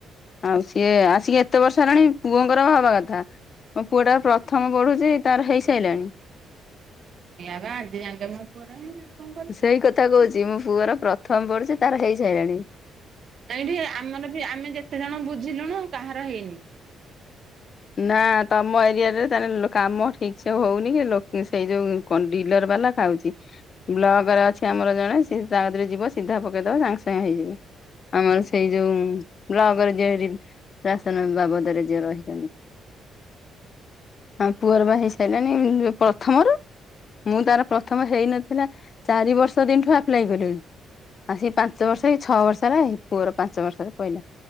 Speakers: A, on the left; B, on the right.
A: ଆଉ ସିଏ ଆସିକି ଏତେ ବର୍ଷ ହେଲାଣି ପୁଅଙ୍କର ହବା କଥା। ମୋ ପୁଅ ଟା ପ୍ରଥମ ପଢୁଛି ତାର ହେଇସାଇଲାଣି।
B: ହେ ଆବା ଆଜି ଯାଙ୍କେ ମୋ ପୁଅର ହେଇନି ଆଉ କଣ କରିବି।
A: ସେଇ କଥା କହୁଛି ମୋ ପୁଅର ପ୍ରଥମ ପଢୁଛି ତାର ହେଇ ସାଇଲାଣି।
B: କାହିଁଠି ଆମର ବି ଆମେ ଯେତେ ଜଣ ବୁଝିଲୁଣୁ କାହାର ହେଇନି।
A: ନା ତମ ଏରିଆ ରେ ତାହେଲେ ଲୋ କାମ ଠିକ ସେ ହଉନି କି ଲୋକେ ସେଇ ଯୋଉ। କନ୍ ଡିଲର ବାଲା ଖାଉଛି ବ୍ଲକ ରେ ଅଛି ଆମର ଜଣେ ସିଏ ତା କତିରେ ଯିବ ସିଧା ପ। ପକେଇଦବ ସାଙ୍ଗେ ସାଙ୍ଗେ ହେଇଯିବ। ଆମର ସେଇ ଯୋଉ ବ୍ଲକ୍ ରେ ଯିଏ ରି ରାସନ ବାବଦରେ ଯିଏ ରହିଛନ୍ତି। ହଁ ପୁଅର ପା ହେଇ ସାଇଲାଣି ଇଏ ପ୍ରଥମରୁ। ମୁଁ ତାର ପ୍ରଥମ ହେଇନଥିଲା ଚାରି ବର୍ଷ ଦିନଠୁ ଆପ୍ଲାଏ କଲିଣି। ଆସିକି ପାଞ୍ଚ ବର୍ଷ କି ଛଅ ବର୍ଷ ରେ ପୁଅର ପାଞ୍ଚ ବର୍ଷରେ ପଇଲା,